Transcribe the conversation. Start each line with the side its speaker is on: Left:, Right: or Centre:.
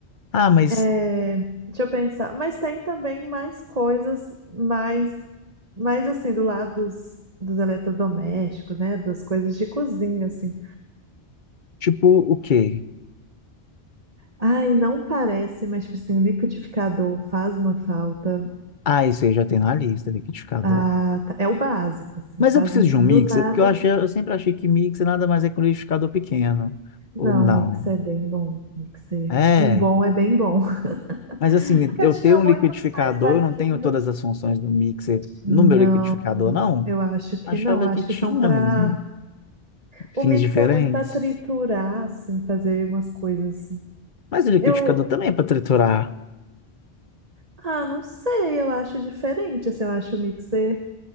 Left: Ah, mas
Right: é, deixa eu pensar. Mas tem também mais coisas, mais, mais assim, do lado dos, dos eletrodomésticos, né? Das coisas de cozinha, assim.
Left: tipo o quê?
Right: Ai, não parece, mas, tipo assim, liquidificador faz uma falta.
Left: Ah, isso aí já tem na lista, liquidificador.
Right: Ah, tá- é o básico, assim,
Left: Mas
Right: faz
Left: eu preciso
Right: um,
Left: de um mixer,
Right: do nada.
Left: porque eu achei, eu sempre achei que mixer nada mais é que um liquidificador pequeno. Ou
Right: Não,
Left: não?
Right: mixer é bem bom. Mixer.
Left: É.
Right: Um bom é bem bom. <laughs>
Left: Mas assim,
Right: Porque
Left: eu
Right: eu tinha
Left: tenho um liquidificador,
Right: muito uns mais fraquinhos.
Left: eu não tenho todas as funções do mixer
Right: Não,
Left: no meu liquidificador, não?
Right: eu acho que
Left: Achava
Right: não. Eu acho
Left: que tinha,
Right: que são para.
Left: menina. Fins
Right: O mixer
Left: diferentes.
Right: é muito para triturar, assim, fazer umas coisas.
Left: Mas o liquidificador
Right: Eu.
Left: também é para triturar.
Right: Ah, não sei, eu acho diferente, assim, eu acho o mixer.